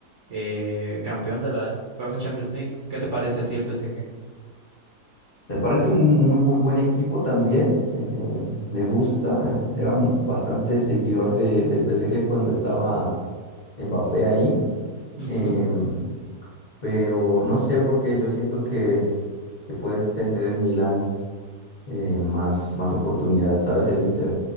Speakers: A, on the right; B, on the left.
A: eh, campeón de la UEFA Champions League. ¿Qué te parece a ti el PSG?
B: Me parece un muy, muy buen equipo también. eh, me gusta. eh, Era m- bastante seguidor de- del PSG cuando estaba Mbappé ahí.
A: Ujú.
B: em, pero no sé por qué yo siento que, que puede tener el Milan eh, más, más oportunidad, ¿sabes? El Inter.